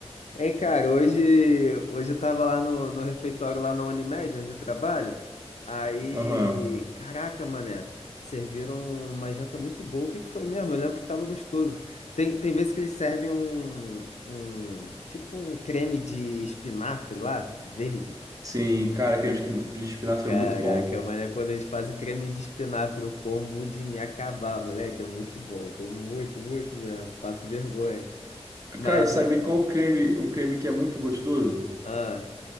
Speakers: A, on the left; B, on the right.
A: Hein, cara, hoje, hoje eu tava lá no, no refeitório lá na Unimed, onde eu trabalho. Aí,
B: Aham.
A: caraca, mané, serviram uma janta muito boa. O que que foi mesmo? Eu lembro que tava gostoso. Tem, tem vezes que eles servem um, um, tipo um creme de espinafre lá, verde.
B: Sim, cara, creme de espina- de espinafre
A: Caraca,
B: é muito bom.
A: mano, é quando eles fazem creme de espinafre, eu como de me acabar, moleque, é muito bom, eu como muito, muito mesmo, faço vergonha. Mas,
B: Cara, sabe qual creme, um creme que é muito gostoso?
A: ah,